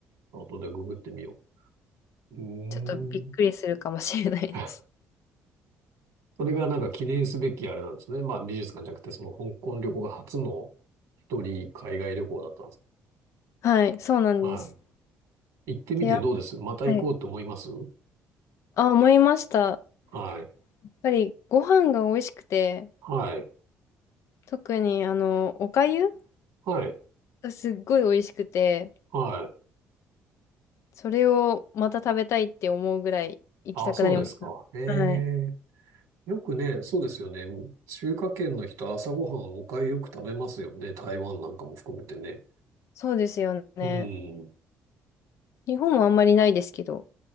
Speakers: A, on the right; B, on the left.
A: 後でググってみよう。うー
B: ちょっとびっくりするかもしれないです。
A: ん。<laughs> それがなんか記念すべきあれなんですね。まあ美術館じゃなくて、その香港旅行が初の一人海外旅行だったんです。
B: <laughs> はい、そうなんです。
A: はい。行ってみてどうですまた行こうと思います
B: で、やはい。あ、思いました。や
A: はい。
B: っぱりご飯が美味しくて、
A: はい。
B: 特にあの、お粥
A: はい。
B: がすっごい美味しくて、
A: はい。
B: それをまた食べたいって思うぐらい行きたくなりました。
A: あ、そうですか。ええ。
B: はい。
A: よくね、そうですよね。中華圏の人、朝ごはんお粥よく食べますよね。台湾なんかも含めてね。
B: そうですよね。
A: うん。
B: 日本はあんまりないですけど。